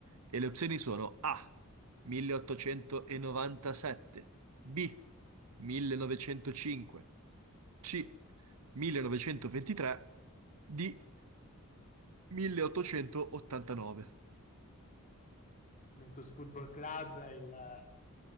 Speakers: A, on the right; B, on the left.
A: E le opzioni sono A. 1897, B. 1905, C. 1923, D. 1889.
B: Juventus Football Club, il